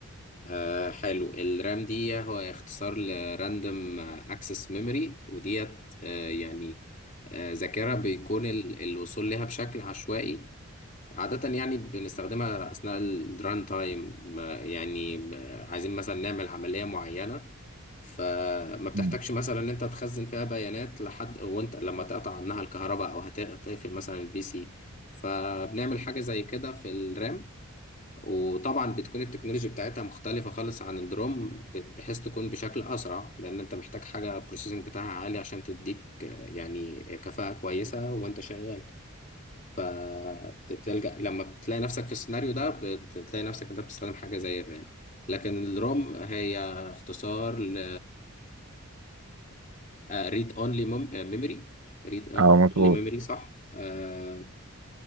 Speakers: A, on the left; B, on the right.
A: آه حلو الرام دي هو اختصار لراندوم اكسس ميموري وديت آه يعني آه ذاكرة بيكون ال- الوصول لها بشكل عشوائي عادة يعني بنستخدمها أثناء الران تايم يعني آه، عايزين مثلا نعمل عملية معينة فما بتحتاجش
B: مم.
A: مثلا ان انت تخزن فيها بيانات لحد وانت لما تقطع عنها الكهرباء او هتقفل مثلا البي سي فبنعمل حاجة زي كده في الرام وطبعا بتكون التكنولوجيا بتاعتها مختلفة خالص عن الدروم بت- بحيث تكون بشكل أسرع لأن أنت محتاج حاجة بروسيسنج بتاعها عالي عشان تديك آه، يعني كفاءة كويسة وأنت شغال فبتلجأ لما بتلاقي نفسك في السيناريو ده بتلاقي نفسك أنت بتستخدم حاجة زي الرام لكن الروم هي اختصار ل ريد اونلي ميموري ريد اونلي
B: اه مظبوط
A: ميموري صح آه،